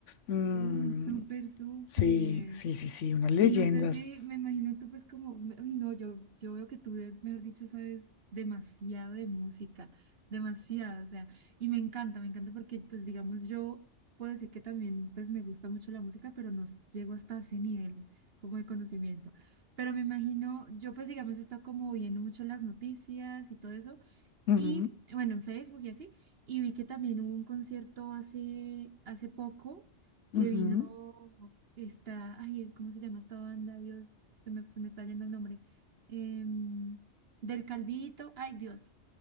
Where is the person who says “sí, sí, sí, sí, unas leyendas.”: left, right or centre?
Left